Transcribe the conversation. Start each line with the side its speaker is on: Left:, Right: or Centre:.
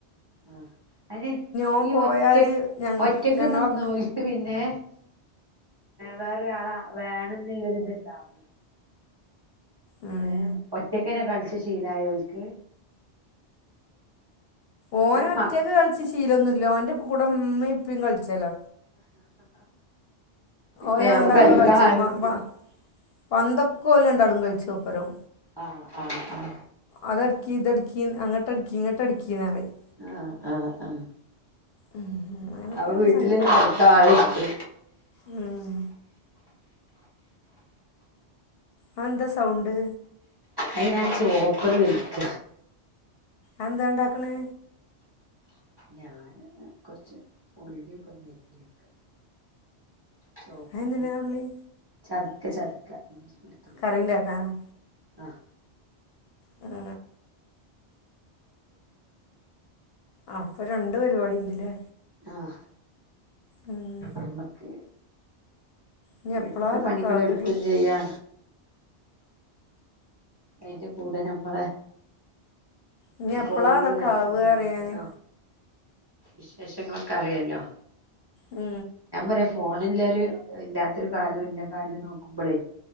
Right: ആഹ് അയിന്
Left: ഓൻ
Right: ഈ
Left: പോയാൽ
Right: ഒറ്റക്ക്‌
Left: ഞങ്ങ
Right: ഒറ്റക്ക്
Left: ഞങ്ങളൊക്കെ
Right: നിന്നോൽ. ക്ക്‌ പിന്നെ വേറൊരാളെ വേണം എന്നള്ളൊരിത്ണ്ടാവും
Left: ഉം.
Right: ഏഹ് ഒറ്റക്കന്നെ കളിച്ച് ശീലായോൽക്ക്
Left: ഓന്
Right: ഈ
Left: ഒറ്റക്ക്
Right: മ
Left: കളിച്ച് ശീലന്നുല്ല ഓന്റെ കൂടെ ഉമ്മെ ഇപ്പെം കളിച്ചലാ ഓല്
Right: ഏഹ്
Left: രണ്ടാളും
Right: അപ്പ കളിക്കാൻ
Left: കളിച്ചല്
Right: ആള്ണ്ട്
Left: പന്തൊക്കെ ഓല് രണ്ടാളും കളിച്ചും ഒപ്പരം
Right: ആഹ് ആഹ് ആഹ്
Left: അത് അടിക്കി ഇതടിക്കിന്ന് അങ്ങട്ട് അടിക്കി ഇങ്ങട്ട് അടിക്കിന്ന് പറയും
Right: ആഹ് ആഹ് ആഹ്
Left: ഉം അങ്ങനൊക്കെയാണ്
Right: അപ്പ വീട്ടില് കളിക്കാൻ ആളുണ്ട്
Left: ഊം അതെന്താ സൗണ്ട്
Right: അതിനാ ചോപ്പറ് വലിക്ക
Left: അതെന്താ ഉണ്ടാക്കണ്
Right: ഞാന് കൊറച്ച് ഉള്ളിയൊക്കെ അരിഞ്ഞെക്ക ചോപ്പറ
Left: അതെന്തിനാ വിളി
Right: ചതക്ക ചതക്ക ഇ വെളുത്തുള്ളിയൊക്കെ
Left: കറി ഉണ്ടാക്കാനോ
Right: ആഹ്
Left: മ്മ് അപ്പ രണ്ട് പരിപാടി ഉണ്ട്ല്ലേ
Right: ആഹ്
Left: ഉം
Right: നമ്മക്ക്
Left: ഇനി
Right: വീട്ടിത്തെ
Left: എപ്പളാ അതൊക്കെ
Right: പണികളെടുക്കും
Left: ആവടി
Right: ചെയ്യാ അതിന്റെ കൂടെ നമ്മടെ
Left: ഇനി എപ്പളാ
Right: കോളുകൾ
Left: അതൊക്കെ
Right: നരക്കും
Left: ആവുക
Right: ചെയ്യുന്നട്ടല്ലോ
Left: പറയാ ഞാന്
Right: വിശേഷങ്ങളൊക്കെ അറിയല്ലോ
Left: മ്
Right: ഞാൻ പറയാ ഫോണില്ലരു ഇല്ലാത്തൊരു കാലും ഇല്ല കാലും നോക്കുമ്പോളേ